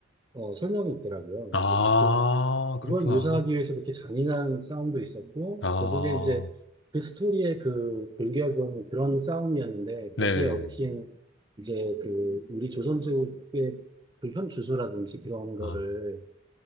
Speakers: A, on the right; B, on the left.
A: 어, 설명이 있더라고요.
B: 아,
A: 그래서 이제 그, 그걸
B: 그렇구나.
A: 묘사하기 위해서 그렇게 잔인한 싸움도 있었고,
B: 아,
A: 결국에 이제 그 스토리의 그 골격은 그런 싸움이었는데,
B: 네네네.
A: 거기에 얽힌 이제 그 우리 조선족의 그 현 주소라든지 그런 거를
B: 아,